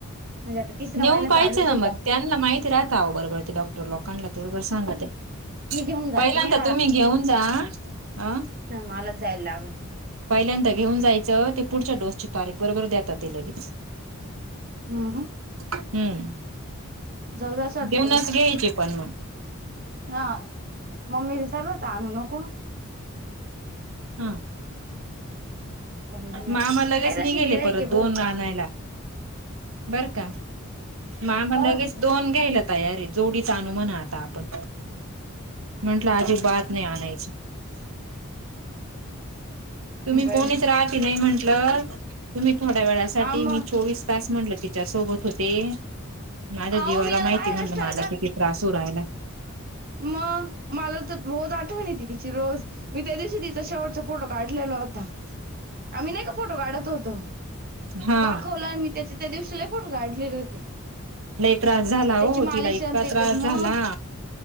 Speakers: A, on the right; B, on the right.
A: म्हणजे आता तिसरा
B: नेऊन
A: महिना चालूच
B: पाहिच ना
A: आहे
B: मग त्या माहिती राहता बरोबर ते डॉक्टर लोकांला ते बरोबर सांगत ते.
A: ही घेऊन जाते
B: पहिल्यांता
A: नाही
B: तुम्ही घेऊन जा अ
A: मालजजालावर.
B: पहिल्यांदा घेऊन जायचं ते पुढच्या डोसची तारीख बरोबर देतात ते लगेच.
A: ह.
B: हम्म
A: जाऊ द्या असं
B: देऊनच घ्यायचे पण मग.
A: ह मम्मी ते सलू हणू नको.
B: हा.
A: पण मम्मी
B: मामा लगेच
A: आहे तशी
B: निघेले
A: गिराय
B: परत
A: की भरपूर
B: दोन रानायला बर का. मा आमला
A: अ
B: लगेच दोन घ्यायला तयार जोडीच आण आणू म्हणा आता आपण. म्हंटलं अजिबात नाही आणायचं तुम्ही
A: बरं
B: कोणीच राहते नाही म्हंटलं तुम्ही थोड्या वेळासाठी
A: हा मग
B: मी चोवीस तास म्हणलं तिच्या सोबत होते माझ्या जीवाला
A: अहो मी याला
B: माहिती
A: बाहेरच
B: म्हणलं
A: टाकत
B: मला कि. त्रासूर आहे ना
A: मग मला तर रोज आठवण य त तिची रोज मी त्या दिवशी तिचा शेवटचा फोटो काढलेल्या होता आम्ही नाही का फोटो काढत होतो
B: हा
A: दाखवला मी त्याचे त्या दिवशीला फोटो काढलेले होते.
B: लई त्रास झाला
A: त्याची
B: हो
A: मालिश
B: तिला इतका
A: आणि ते
B: त्रास
A: कर मग
B: झाला.